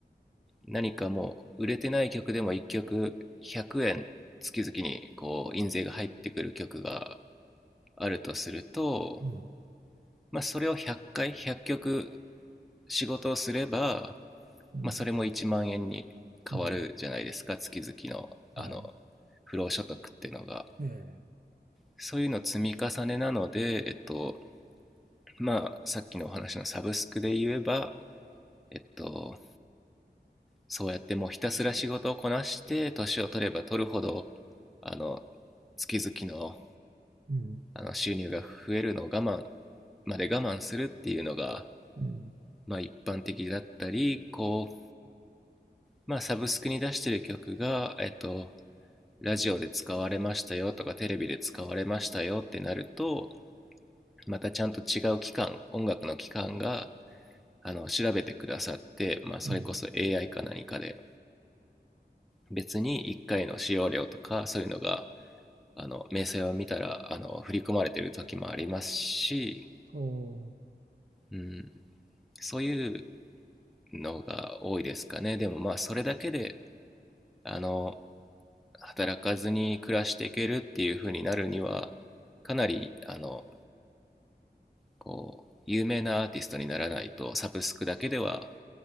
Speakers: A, in the centre; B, on the right.
A: 何かもう売れてない曲でも1曲100円月々にこう印税が入ってくる曲があるとすると、
B: うん、
A: まあ、それを100回100曲仕事をすれば
B: うん、
A: まあ、それも1万円に変わるじゃないですか月々のあの
B: うん、はい。
A: 不労所得っていうのが
B: ええ、
A: そういうの積み重ねなので、えっとまあ、さっきのお話のサブスクで言えば、えっと、そうやってもうひたすら仕事をこなして年を取れば取るほどあの月々の
B: うん、
A: あの収入が増えるのを我慢まで我慢するっていうのが、
B: うん、
A: まあ、一般的だったりこう、まあ、サブスクに出してる曲が、えっと、ラジオで使われましたよとかテレビで使われましたよってなるとまたちゃんと違う機関音楽の機関があの調べてくださって、まあ、それこそ
B: うん。
A: AI か何かで別に1回の使用料とかそういうのがあの明細を見たらあの振り込まれてる時もありますし、
B: お
A: うん、そういうのが多いですかねでもまあそれだけであの働かずに暮らしていけるっていう風になるにはかなりあのこう、有名なアーティストにならないと、サブスクだけでは